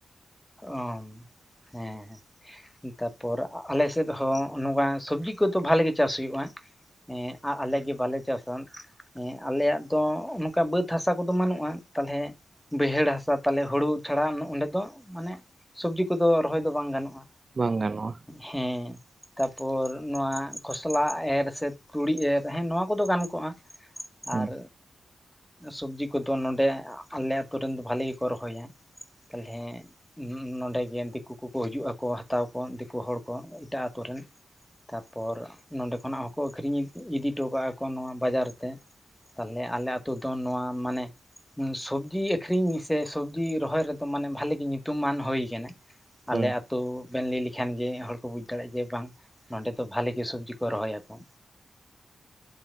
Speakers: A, in the centre; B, on the right (about 45°).
A: ᱚ ᱦᱮᱸᱦᱮᱸ᱾ ᱛᱟᱨᱯᱚᱨ ᱟᱞᱮ ᱥᱮᱫ ᱦᱚᱸ ᱱᱚᱝᱠᱟ ᱥᱚᱵᱡᱤ ᱠᱚᱫᱚ ᱵᱷᱟᱞᱮ ᱜᱮ ᱪᱟᱥ ᱦᱩᱭᱩᱜᱼᱟ᱾ ᱦᱮᱸ ᱟ ᱟᱞᱮᱜᱮ ᱵᱟᱞᱮ ᱪᱟᱥᱟ᱾ ᱦᱮᱸ ᱟᱞᱮᱭᱟᱜ ᱫᱚ ᱱᱚᱝᱠᱟ ᱵᱟᱹᱫᱽ ᱦᱟᱥᱟ ᱠᱚᱫᱚ ᱵᱟᱹᱱᱩᱜᱼᱟ ᱛᱟᱞᱦᱮ ᱵᱟᱹᱭᱦᱟᱹᱲ ᱦᱟᱥᱟ ᱛᱟᱦᱞᱮ ᱦᱳᱲᱳ ᱪᱷᱟᱲᱟ ᱚᱸᱰᱮ ᱫᱚ ᱢᱟᱱᱮ ᱥᱚᱵᱽᱡᱤ ᱠᱚᱫᱚ ᱨᱚᱦᱚᱭ ᱫᱚ ᱵᱟᱝ ᱜᱟᱱᱚᱜᱼᱟ᱾
B: ᱵᱟᱝ ᱜᱟᱱᱚᱜᱼᱟ᱾
A: ᱦᱮᱸ᱾ ᱛᱟᱯᱚᱨ ᱱᱚᱣᱟ ᱠᱷᱚᱥᱞᱟ ᱮᱨ ᱥᱮ ᱛᱩᱲᱤ ᱮᱨ ᱦᱮᱸ ᱱᱚᱣᱟ ᱠᱚᱫᱚ ᱜᱟᱱ ᱠᱚᱜᱼᱟ᱾
B: ᱦᱩᱸ
A: ᱟᱨ ᱥᱩᱵᱽᱡᱤ ᱠᱚᱫᱚ ᱱᱚᱸᱰᱮ ᱟᱞᱮ ᱟᱹᱛᱩ ᱨᱮᱱ ᱫᱚ ᱵᱷᱟᱞᱮ ᱜᱮᱠᱚ ᱨᱚᱦᱚᱭᱟ ᱛᱟᱦᱞᱮ ᱱᱚᱸᱰᱮ ᱜᱮ ᱫᱤᱠᱩ ᱠᱩᱠᱚ ᱦᱤᱡᱩᱜ ᱟᱠᱚ ᱦᱟᱛᱟᱣ ᱟᱠᱚ ᱫᱤᱠᱩ ᱦᱚᱲ ᱠᱚ ᱮᱴᱟᱜ ᱟᱹᱛᱩ ᱨᱮᱱ ᱛᱟᱨᱯᱚᱨ ᱱᱚᱰᱮ ᱠᱷᱚᱱᱟᱜ ᱦᱚᱸᱠᱚ ᱟᱹᱠᱷᱨᱤᱧ ᱤᱫᱤ ᱦᱚᱴᱚ ᱠᱟᱜᱼᱟ ᱠᱚ ᱱᱚᱣᱟ ᱵᱟᱡᱟᱨ ᱛᱮ ᱛᱟᱦᱞᱮ ᱟᱞᱮ ᱟᱹᱛᱩ ᱫᱚ ᱱᱚᱣᱟ ᱢᱟᱱᱮ ᱥᱚᱵᱽᱡᱤ ᱟᱹᱠᱷᱨᱤᱧ ᱥᱮ ᱥᱚᱵᱽᱡᱤ ᱨᱚᱦᱚᱭ ᱨᱮᱫᱚ ᱢᱟᱱᱮ ᱵᱷᱟᱞᱤᱮ ᱜᱮ ᱧᱩᱛᱩᱢ ᱧᱩᱛᱩᱢᱟᱱ ᱦᱩᱭ ᱟᱠᱟᱱᱟ ᱟᱞᱮ
B: ᱦᱳᱭ
A: ᱛᱚ ᱵᱮᱱ ᱞᱟᱹᱭ ᱞᱮᱠᱷᱟᱱ ᱜᱮ ᱦᱚᱲ ᱠᱚ ᱵᱩᱡ ᱫᱟᱲᱮᱭᱟᱜᱼᱟ ᱡᱮ ᱵᱟᱝ ᱱᱚᱸᱰᱮ ᱫᱚ ᱵᱷᱟᱞᱮ ᱜᱮ ᱥᱚᱵᱡᱤ ᱠᱚ ᱨᱚᱦᱚᱭᱟ᱾ ᱚ